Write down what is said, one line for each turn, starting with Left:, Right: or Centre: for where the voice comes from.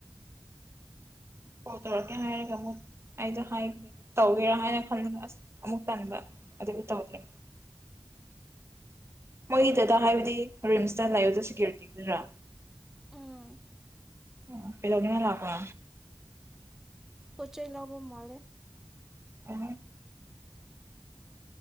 Right: ꯀꯣꯜ ꯇꯧꯔꯛꯀꯦ ꯍꯥꯏꯔꯒ ꯑꯃꯨꯛ ꯑꯩꯗꯣ ꯍꯥꯏ ꯇꯧꯒꯦꯔꯥ ꯍꯥꯏꯅ ꯈꯟꯕꯒ ꯑꯁ ꯑꯃꯨꯛ ꯇꯟꯕ ꯑꯗꯨꯒꯤ ꯇꯧꯗ꯭ꯔꯦ ꯃꯣꯏꯒꯤ ꯗꯗꯥ ꯍꯥꯏꯕꯗꯤ ꯔꯤꯝꯁꯇ ꯂꯩꯕꯗꯣ ꯁꯦꯀ꯭ꯌꯨꯔꯤꯇꯤꯗꯨꯔꯥ
Centre: ꯎꯝ
Right: ꯑꯣ ꯀꯩꯗꯧꯅꯤꯅ ꯂꯥꯛꯄ
Centre: ꯄꯣꯠ ꯆꯩ ꯂꯧꯕ ꯃꯥꯂꯦ
Right: ꯑ